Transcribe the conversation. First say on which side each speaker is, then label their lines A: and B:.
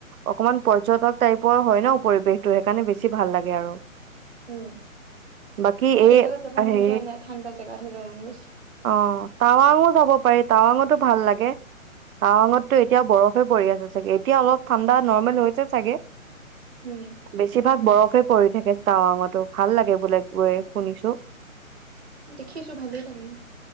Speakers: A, on the right; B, on the right.
A: অকমান পৰ্যটক টাইপৰ হয় ন পৰিৱেশটো সেইকাৰণে বেছি ভাল লাগে আৰু
B: উম
A: বাকী এ
B: বেলেগত যাব
A: হে
B: মন যোৱা নাই ঠাণ্ডা জেগাতহে যাব মন গৈছে
A: অ টাৱাং অ যাব পাৰি টাৱাঙতো ভাল লাগে টাৱাঙতো এতিয়া বৰফে পৰি আছে চাগে এতিয়া অলপ ঠাণ্ডা নৰ্মেল হৈছে চাগে
B: উম
A: বেছিভাগ বৰফে পৰি থাকে টাৱাঙতো ভাল লাগে বোলে গৈ শুনিছো
B: দেখিছো ভালেই লাগে ন